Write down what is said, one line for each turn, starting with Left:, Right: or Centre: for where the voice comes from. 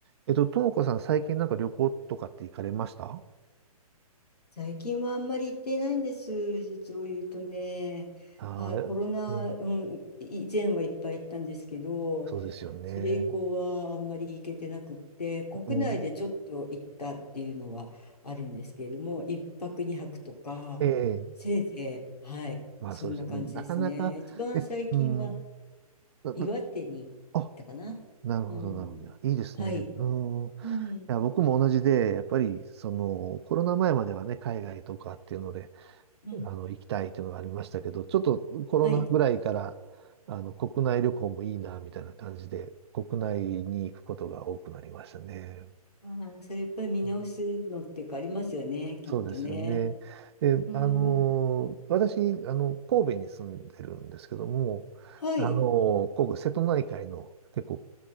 Right: えっと、ともこさん、最近なんか旅行とかって行かれました
Left: 最近はあんまり行ってないんです、実を言うとね。
Right: ああー、
Left: あ、コロナ、
Right: うん、
Left: うん、以前はいっぱい行ったんですけど、
Right: そうですよね。
Left: それ以降はあんまり行けてなくって、国内でちょっと行ったっていうのはあるんですけれども、
Right: うん、
Left: 一泊二泊とか、
Right: ええ
Left: せいぜい、はい、
Right: まあそうですよね。
Left: そんな感じですね。
Right: なかなか、
Left: 一番最近は
Right: え、うん、なな
Left: 岩手に行ったかな。
Right: あ、なるほど、
Left: うん、
Right: なるほど。いいですね。
Left: はい、
Right: うん。い
Left: うん、
Right: や、僕も同じで、やっぱり、その、コロナ前まではね、海外とかっていうので、
Left: うん、
Right: あの、行きたいっていうのがありましたけど、ちょっとコロナぐらいから、
Left: はい。
Right: あの、国内旅行もいいな、みたいな感じで、国内に行くことが多くなりましたね。
Left: あーそれやっぱり見直すのっていうかありますよね、
Right: うん
Left: きっとね。
Right: そうですよね。で、
Left: うん。
Right: あの私、あの、神戸に住んでるんですけども、
Left: はい。
Right: あの神戸、瀬戸内海の結構